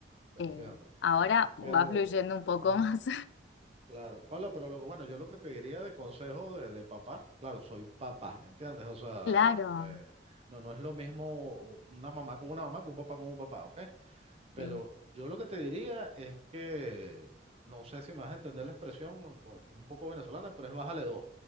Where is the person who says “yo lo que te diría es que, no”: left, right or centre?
Right